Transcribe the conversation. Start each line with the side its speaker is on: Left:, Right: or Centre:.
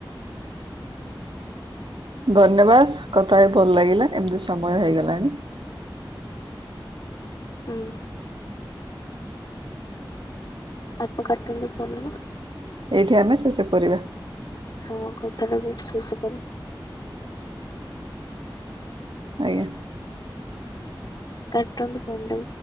Right: ଧନ୍ୟବାଦ, କଥା ହେଇ ଭଲ ଲାଗିଲା, ଏମିତି ସମୟ ହେଇଗଲାଣି।
Left: ହୁଁ। ଆପ କଟନ୍ତୁ ପୋନରୁ
Right: ଏଇଠି ଆମେ ଶେଷ କରିବା।
Left: ହଁ, କଥା ବି ଏଇଠି ଶେଷ କର।
Right: ଆଜ୍ଞା।
Left: କାଟନ୍ତୁ ଫୋନ୍ ଟାକୁ।